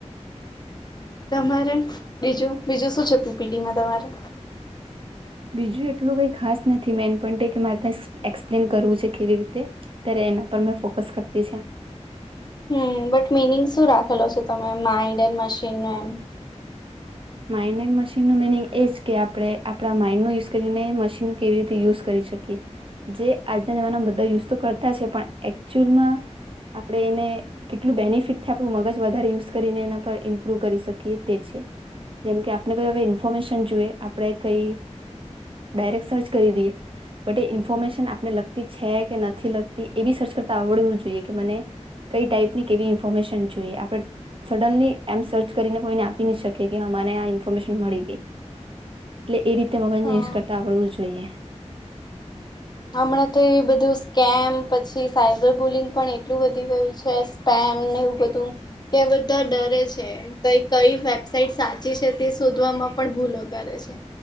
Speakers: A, on the left; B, on the right.
A: તમારે બીજું બીજું શું છે પીપીડીમાં, તમારે?
B: બીજું એટલું કઈ ખાસ નથી, મેન પણ કે મારે ત્યાં એક્સપ્લેન કરવું છે, કેવી રીતે? અત્યારે એના પર મેં ફોકસ કરતી છે.
A: હમ, બટ મિનિંગ શું રાખેલો છે તમે માઇન્ડન મશીન નો એમ?
B: માઇન્ડ એડ મશીનનું મિનિંગ એજ કે આપણે આપણા માઇન્ડ નું યુઝ કરી ને મશીનનું કેવી રીતે યુઝ- - કરી શકે, જે આજના જમાનામાં બધા યુઝ તો કરતા છે, પણ એકચુઅલમાં- - આપણેે એને- - કેટલું બેનિફિટ આપડુ મગજ વધારે યુઝ કરીને એના પર ઇમપ્રુવ કરી શકીએ તે છે. જેમ કે, આપણે કઈ હવે ઇન્ફોર્મેશન જોઈએ, આપણે કંઈ ડાયરેક્ટ સર્ચ કરી દઈએ- - બટ, એ ઇન્ફોર્મેશન આપને લગતી છે કે નથી લગતી, એ બી સર્ચ કરતા આવડવું જોઈએ કે મને- - કઈ ટાઈપ ની કેવી ઇન્ફોર્મેશન જોઈએ, આપણે સડનલી એમ સર્ચ કરીને કોઈને આપી ન શકીએ. કે કે અમાને આ ઇન્ફોર્મેશન મળી ગઈ, એટલે એ રીતે મગજને
A: હા
B: યુઝ કરતા આવડવું જોઈએ.
A: હમણાં તો એ બધું સ્કેમ, પછી સાયબર બુલિંગ પણ એટલું વધી ગયું છે. પ, એમને એવું બધું કે બધા ડરે છે. કઈ કઈ વેબસાઇટ સાચી છે, તે શોધવામાં પણ ભૂલો કરે છે.